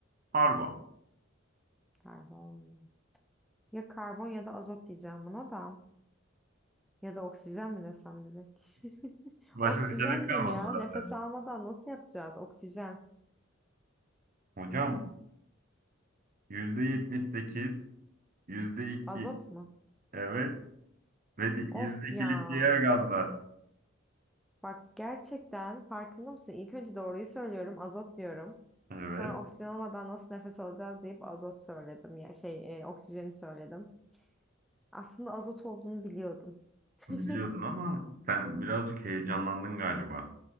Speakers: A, on the right (about 45°); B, in the centre.
A: argon.
B: Karbon. Ya karbon ya da azot diyeceğim buna da. Ya da oksijen mi desem direkt? <laughs>
A: Başka
B: Oksijen
A: seçenek kalmadı
B: diyeyim ya. Nefes
A: zaten.
B: almadan nasıl yapacağız? Oksijen.
A: Hocam %78, yüzde iki
B: Azot mu?
A: evet ve di- %2'lik
B: Of ya.
A: diğer gazlar.
B: Bak gerçekten farkında mısın? İlk önce doğruyu söylüyorum, azot diyorum.
A: Evet
B: Sonra oksijen olmadan nasıl nefes alacağız deyip azot söyledim. Ya şey, e, oksijeni söyledim. Aslında azot olduğunu biliyordum. <laughs>
A: biliyordun ama sen birazcık heyecanlandın galiba.